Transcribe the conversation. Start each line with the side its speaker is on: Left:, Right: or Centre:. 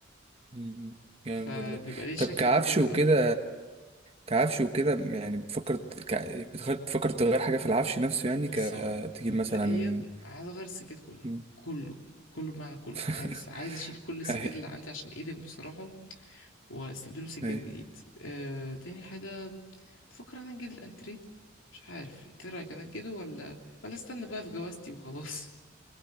Right: مم. جامد
Left: فبيبقى
Right: والله
Left: ليه شكل
Right: طب كعفش
Left: كده
Right: وكده
Left: اه
Right: كعفش وكده يعني بتفكر ك... بتخ- بتفكر تغير حاجة في العفش نفسه يعني
Left: بص
Right: ك
Left: هقولك
Right: تجيب
Left: مبدئيا
Right: مثلا
Left: عايز اغير السجاد كله
Right: مم.
Left: كله كله بمعنى كله
Right: <laughs>
Left: أنا عايز عايز اشيل كل السجاد
Right: ايوه
Left: اللي عندي عشان ايدم بصراحة واستبدله بسجاد
Right: ايوه
Left: جديد آه، تاني حاجة بفكر انا انجد الانتريه مش عارف انت إيه رايك انا انجده ولا ولا استنى بقى في جوازتي وخلاص